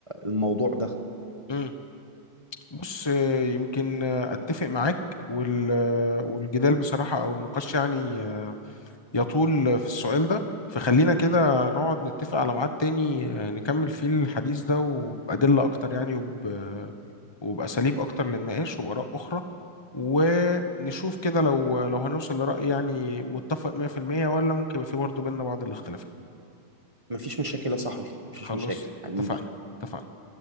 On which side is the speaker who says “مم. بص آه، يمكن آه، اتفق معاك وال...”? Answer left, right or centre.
Left